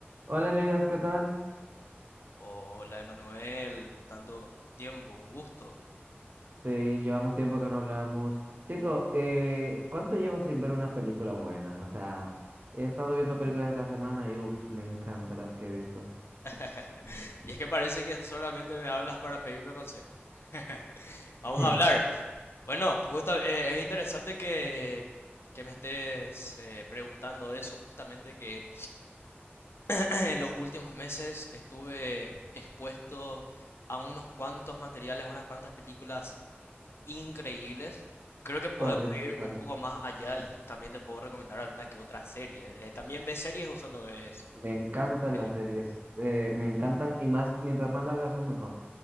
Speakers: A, on the right; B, on the left.
A: Hola Elías, ¿qué tal?
B: Hola, Emanuel, luctando tiempo, un gusto.
A: Sí, llevamos tiempo que no hablamos. Chico, eh, ¿cuánto llevas sin ver una película buena? O sea, he estado viendo películas esta semana y uff, me encantan las que he visto.
B: <laughs> Y es que parece que solamente me hablas para pedirme consejos. <laughs>
A: <laughs>
B: Vamos a hablar. Bueno, justa- eh, es interesante que, que me estés eh, preguntando eso, justamente que <clears throat> en los últimos meses estuve expuesto a unos cuantos materiales, a unas cuantas películas increíbles. Creo que podemos
A: ¿Cuáles?
B: ir
A: ¿Cuáles?
B: un poco más allá y también te puedo recomendar alguna que otra serie. Eh, ¿también ves series o solo ves...
A: Me encantan
B: Elite.
A: las series, eh, me encantan y más, mientras más largas son mejor.